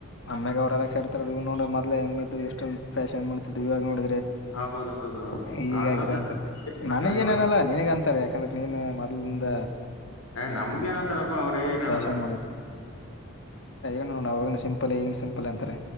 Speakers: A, on the left (about 55°); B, on the left (about 85°).
A: ಆಮ್ಯಾಗ ಅವರೆಲ್ಲ ಕ್ಷಡ್ತಾರ <unintelligible> ಎಷ್ಟೊಂದು ಫ್ಯಾಷನ್ ಮಾಡತ್ತು ಇವಾಗ ನೋಡ.
B: ಹೌದೌದೌದು
A: ಹಗಾಗಿದೆ
B: ಆಡ್ಕೊತ
A: ಉಂಟ ನನಗೇನನಲ್ಲ
B: ಆಗಲ್ಲ
A: ನಿನಗ ಅಂತಾರೆ ಯಾಕಂದ್ರೆ. ನೀನು ಮ ಮೊದಲಿಂದ.
B: ನಮಗ ಏನತಾರಪ್ಪ ಅವ್ರೇ ಏನೇನಲ್ಲ.
A: ಫ್ಯಾಷನ್ <unintelligible> ಗ ಸಿಂ. <unintelligible> ಏನು ಸಿಂಪಲ್ ಅಂತಾರೆ.